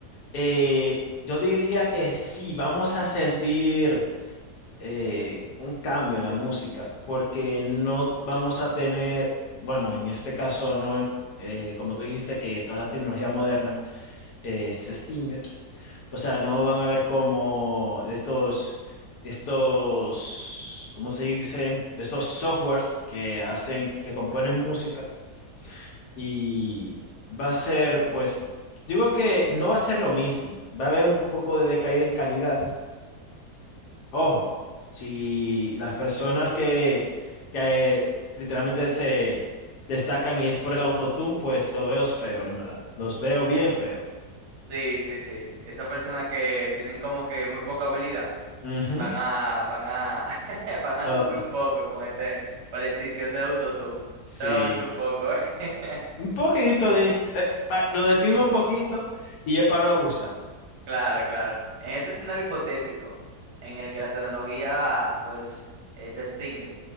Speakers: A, on the left (about 80°); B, on the right (about 85°).
A: eh, yo diría que sí, vamos a sentir eh, un cambio en la música, porque no vamos a tener, bueno, en este caso no, eh, como tú dijiste que toda la tecnología moderna eh, se extingue, O sea, no van a ver como estos, estos, ¿cómo se dice? Estos softwares que hacen, que componen música y va a ser, pues, digo que no va a ser lo mismo. Va a haber un poco de decaída en calidad. Ojo, si las personas que, que literalmente se destacan y es por el autotune, pues lo veo feo, en verdad. Los veo bien feo.
B: Sí, sí, sí. Esas personas que tienen como que muy poca habilidad
A: Ujú.
B: van a, van a, <laughs> van a
A: Lo-
B: sufrir un poco con este, con la extinción de autotune.
A: sí.
B: Solamente un poco, ¿eh? <laughs>
A: Un poquito, dice. Eh, pa- lo decimos poquito y es para no abusar.
B: Claro, claro. En este escenario hipotético, en el que la tecnología, pues, eh, se extingue,